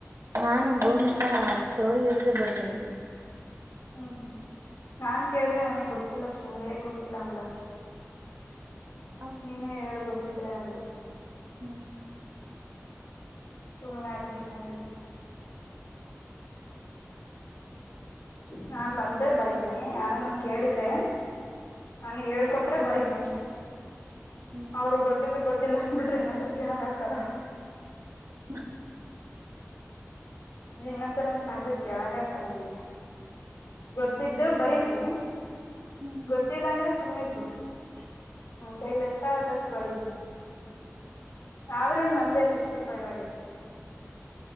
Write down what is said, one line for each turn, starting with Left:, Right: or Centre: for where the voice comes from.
Right: ನಾನು ಭೂಮಿಕಾ ಸ್ಟೋರಿ ಹೇಳಿದ್ ಬರ್ದಿನಿ.
Left: ಹ್ಮ್ ನಾನ್ ಕೇಳಿದ್ರೆ ನನಗ್ ಗೊತ್ತಿಲ್ಲ ಸ್ಟೋರೇ ಗೊತ್ತಿಲ್ಲ ಅಂದಲಕ್ಕಿ.
Right: <inaudible>
Left: ನೀನೇ ಹೇಳ ಗೊತ್ತಿದ್ರೆ ಅಂದ್ಲು.
Right: ಹ್ಮ್.
Left: ಸುಮ್ಮ್ ಆಗ್ ಬಿಟ್ನಿ ಅಲ್ಲಿಗೆ. ನಾನ್ ಬಂದ್ರೆ ಬರತಿನಿ ಯಾರನ್ನ ಕೇಳಿದ್ರೆ. ನನಿಗ ಹೇಳ್ಕೊಟ್ರೆ ಬರೀಬೋ
Right: ಹ್ಮ್
Left: ಅವ್ರು ಗೊತ್ತಿದ್ದು ಗೊತ್ತಿಲ್ಲ ಅಂದಬಿಟ್ರೆ ಇನ್ನೊಂದ ಸರಿ ಕೇಳಂಗಕ್ಕದ.
Right: ಹ್ಮ
Left: ಹಿನ್ನೊಂದ ಸಲ ಅಂತ ಬಾಯಿ ಬಿಟ್ ಕೇಳಂಗೆ ಆಕಲ್ಲ <unintelligible> ಗೊತ್ತಿದ್ದು
Right: ಹ್ಮ್
Left: ಬರೀತಿನಿ.
Right: ಹ್ಮ್
Left: ಗೊತ್ತಿಲ್ಲ ಅಂದ್ರೆ ಸುಮ್ನೆ ಇದ್ ಬಿಡ್ತೀನಿ ಹ ನನ್ ಕೈಲಿ ಎಷ್ಟ ಆಗತ್ ಅಷ್ಟ ಬರೀತಿನಿ. ಆದ್ರೂ ನಂದೇ ಸಿಕ್ಸ್ಟಿ ಫೈವ್ ಆಗೈತ್ತೆ.